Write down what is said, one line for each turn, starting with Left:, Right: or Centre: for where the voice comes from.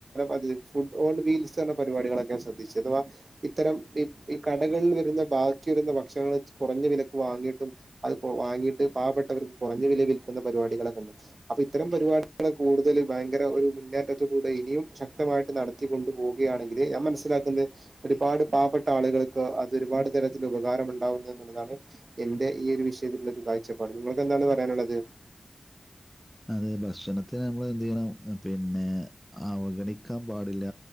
Right: ഇതില ഫുഡ് ഓൺ വി ച്ചാണ് പരിപാടികളൊക്കെ ശ്രദ്ധിച്ചു അഥവാ ഇത്തരം ഈ ഈ കടകളിൽ വരുന്ന ബാക്കി വരുന്ന ഭക്ഷണങ്ങള് കുറഞ്ഞ വിലക്ക് വാങ്ങിട്ട് അത് വാങ്ങിയിട്ട് പാവപ്പെട്ടവർക്ക് കുറഞ്ഞ വില വിൽക്കുന്ന പരിപാടികളെക്കെ ഇണ്ട് അപ്പൊ ഇത്തരം പരിപാടികള് കൂടുതൽ ഭയങ്കര ഒരു മുന്നേറ്റത്തിലൂടെ ഇനിയും ശക്തമായിട്ട് നട നിർത്തി കൊണ്ടു പോകുകയാണെങ്കില് ഞാൻ മനസ്സിലാക്കുന്നത് ഒരുപാട് പാവപ്പെട്ട ആളുകൾക്ക് അത് ഒരുപാട് തരത്തിൽ ഉപകാരം ഉണ്ടാവുന്നു എന്നുള്ളതാണ് എന്റെ ഈ ഒരു വിഷയത്തില ഒരു കാഴ്ചപ്പാട് നിങ്ങൾക്ക് എന്താണ് പറയാനുള്ളത്
Centre: അത് ഭക്ഷണത്തിന് നമ്മള് എന്ത് ചെയ്യണം പിന്നെ അവഗണിക്കാൻ പാടില്ല